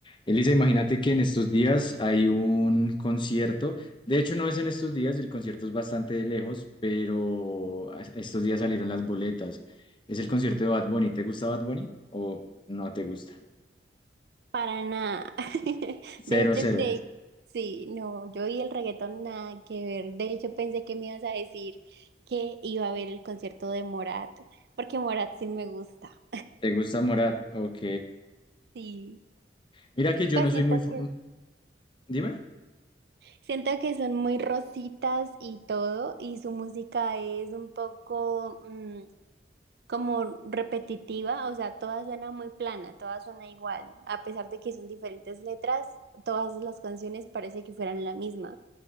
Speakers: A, on the left; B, on the right.
A: Elisa, imagínate que en estos días hay un concierto. De hecho, no es en estos días, el concierto es bastante de lejos, pero a- estos días salieron las boletas. Es el concierto de Bad Bunny. ¿Te gusta Bad Bunny o no te gusta?
B: Para nada. <laughs>
A: Cero,
B: De hecho,
A: cero.
B: creí, sí, no, yo y el reggaetón nada que ver. De hecho, pensé que me ibas a decir que iba a ver el concierto de Morat, porque Morat sí me gusta.
A: ¿Te gusta Morat? Ok.
B: Sí,
A: Mira que yo
B: pues
A: no soy
B: siento
A: muy... fu-
B: que,
A: Dime.
B: siento que son muy rositas y todo, y su música es un poco mm, como repetitiva, o sea, todas suena muy plana, todas suena igual, a pesar de que son diferentes letras, todas las canciones parece que fueran la misma.